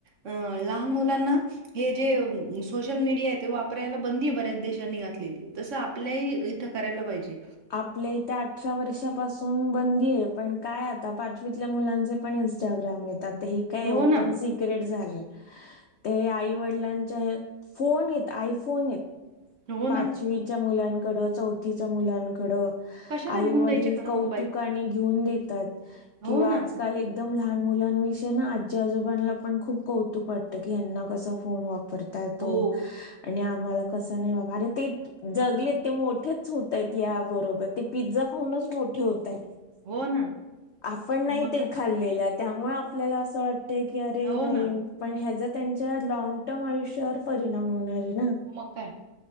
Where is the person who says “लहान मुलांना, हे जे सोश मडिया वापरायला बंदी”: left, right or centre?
Right